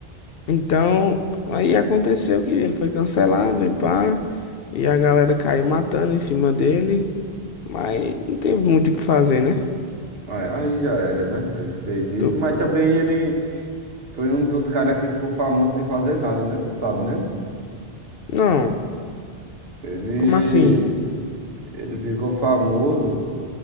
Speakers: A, on the left; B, on the right.
A: Então, aí aconteceu que ele foi cancelado e pá, e a galera caiu matando em cima dele, mas não teve muito o que fazer, né?
B: Aí aí já era, né? Ele fez isso,
A: Tu-
B: mas também ele. Foi um dos caras que ficou famoso sem fazer nada, né? Tu sabe, né?
A: Não,
B: Ele,
A: como assim?
B: ele ficou famoso